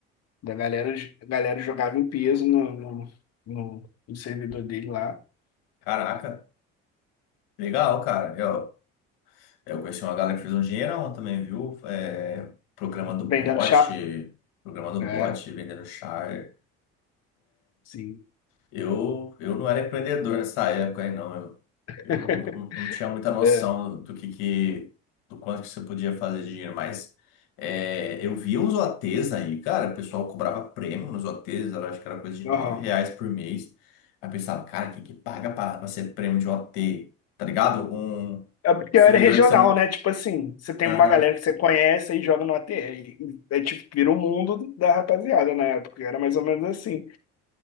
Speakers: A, on the left; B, on the left.
A: da galera, a galera jogava em peso no, no, no- no servidor dele lá,
B: Caraca, legal, cara. Eu, eu conheci uma galera que fez um dinheirão também, viu? É, programa do
A: vendendo
B: bot,
A: chá.
B: programa do
A: É,
B: bot, vendendo char.
A: sim.
B: Eu, eu não era empreendedor nessa época aí, não. Eu, eu
A: <laughs>
B: não, não- não tinha muita noção
A: É,
B: do que, que do quanto que você podia fazer de dinheiro, mas é, eu via uns OTs aí, cara, o pessoal cobrava prêmio nos OTs, eu acho que era coisa de nove
A: aham.
B: reais por mês. Aí eu pensava, cara, quem que paga pra, pra ser prêmio de OT? Tá ligado? Um,
A: É porque
B: um servidor
A: era regional,
B: que você não.
A: né? Tipo assim, você tem
B: Aham,
A: uma galera que você conhece e joga no OT. E, e- é tipo, vira o mundo da rapaziada na época. Era mais ou menos assim.